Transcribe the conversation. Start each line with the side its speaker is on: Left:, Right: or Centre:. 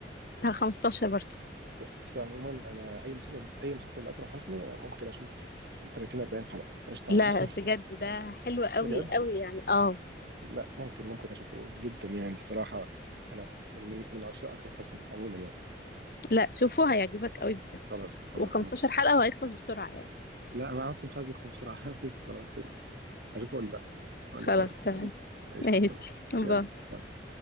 Left: ده 15 برضو
Right: بص عموما انا اي مسلسل اي مسلسل اكرم حسني انا ممكن اشوف 30 40 حلقة قشطة
Left: لا
Right: عادي
Left: بجد
Right: <laughs>
Left: ده حلو قوي
Right: بجد
Left: قوي يعني اه
Right: لا ممكن ممكن اشوفه جدا يعني الصراحة انا من من من عشاق اكرم حسني عموما يعني
Left: لا شوفوا هيعجبك قوي
Right: خلاص خلاص
Left: و15
Right: انا هشوف
Left: حلقة وهيخلص بسرعة يعني
Right: لا انا اصلا مش عايز اختم بسرعة <laughs> هشوفه خلاص اشوفه اقول لك اقول
Left: خلاص
Right: لك رأيي
Left: تمام
Right: <laughs> قشطة
Left: ماشي
Right: خلاص
Left: باي
Right: يلا